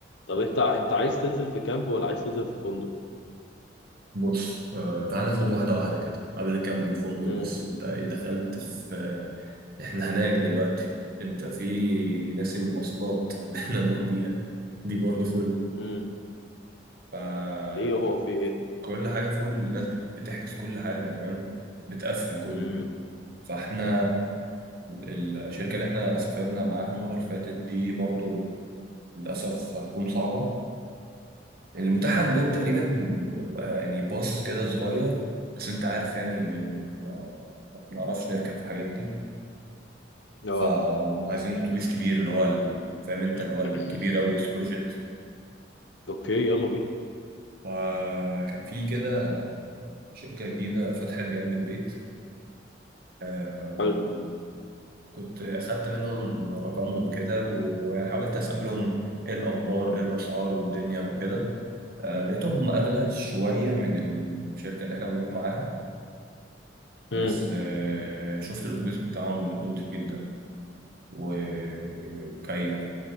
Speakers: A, on the left (about 70°); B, on the right (about 55°).
A: طب انت انت عايز تنزل في كامب ولا عايز تنزل في فندق
B: بص آه تعال ناخد واحدة واحدة كده قبل الكامب والفندق
A: امم
B: بس وأنت إيه دخلت في احنا هناك دلوقتي انت في ناس المواصلات اللي احنا نروح بيها دي برضه فل
A: امم
B: فكل
A: ليه يابا وفي ايه
B: حاجة فل الناس بت- بتحجز كل حاجة فاهم بتقفل كله
A: امم
B: فاحنا ال- الشركة اللي احنا سافرنا معاها المرة اللي فاتت دي برضه للأسف هتكون صعبة اللي متاح عندهم تقريبا يعني باص كده صغير بس انت عارف يعني احنا ما بنعرفش نركب في الحاجات دي
A: اه
B: فعايزين اتوبيس كبير اللي هو ال- فاهم انت اللي
A: <coughs>
B: هو الكبير
A: <clears throat>
B: قوي السوبر جيت
A: اوكي يلا بينا
B: فكان في كده شركة جديدة فتحت جنب البيت آم،
A: حلو
B: كنت أخدت منهم رقمهم كده وحاولت أسألهم إيه الأخبار إيه الأسعار والدنيا وكده آه، لقيتهم هم أغلى شوية من الشركة اللي إحنا بنروح معاها بس
A: امم
B: آه، شفت الأتوبيس بتاعهم لقيته نضيف جدا ومكيف